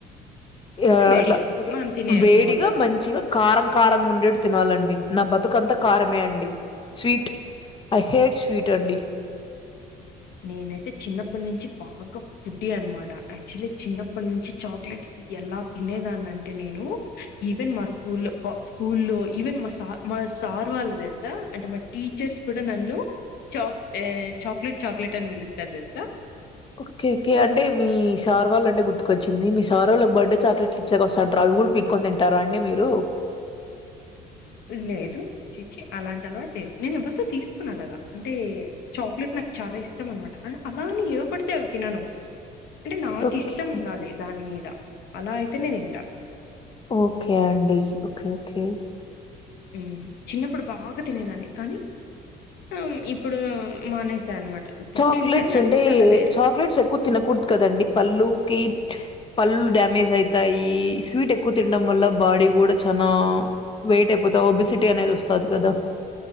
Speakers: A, on the left; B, on the left.
A: య
B: వేడిగా
A: అట్ల
B: మనం తినే
A: వేడిగా
B: మోతాదు
A: మంచిగా కారం కారంగా ఉండేట్ తినాలండి నా బతుకంత కారమే అండి స్వీట్ ఐ హేట్ స్వీట్ అండి
B: నేనైతే చిన్నప్పట్నించి బాగా ఫుడ్డి అన్మాట యాక్చువలి చిన్నప్పట్నుంచి చాక్లెట్స్ ఎలా తినేదాన్నంటే నేను ఈవెన్ మా స్కూల్లో కా స్కూల్లో ఈవెన్ మా సార్ మా మా సార్ వాళ్ళు తెలుసా అంటే మా టీచర్స్ కూడా నన్ను చాక్ ఎ చాక్లెట్ చాక్లెట్ అని పిలుస్తారు తెలుసా
A: ఓకే ఓకే అంటే మీ సార్ వాళ్ళంటే గుర్తుకొచ్చింది మీ సారోళ్ళకి బర్డే చాక్లెట్లు ఇచ్చెకొస్తాంటరు అవి కూడా పీక్కొని తింటారా అండి మీరు
B: లేదు ఛీ ఛీ అలాంటి అలవాటు లేదు నేను ఎవరితో తీసుకోను అలాగా అంటే చాక్లెట్ నాక్ చాలా ఇష్టం అనమాట ఆహ అలా అని ఏవి పడితే అవి తినను అంటే నాకిష్టం
A: ఓకే
B: ఉండాలే దాని మీద అలా అయితేనే తింటా
A: ఓకే అండి ఓకే ఓకే
B: ఉమ్ చిన్నప్పుడు బాగా తినేదాన్ని కానీ ఉమ్ ఇప్పుడు మానేసా అనమాట ఇప్పుడు
A: చాక్లెట్స్
B: తింటాను గానీ
A: అంటే
B: చాలా రేర్.
A: చాక్లెట్స్ ఎక్కువ తినకూడదు కదండి పళ్ళు కి పళ్ళు డ్యామేజ్ అయితాయి స్వీట్ ఎక్కువ తినడం వల్ల బాడీ కూడా చానా వెయిట్ అయిపోతావ్ ఒబిసిటీ అనేదోస్తాది కదా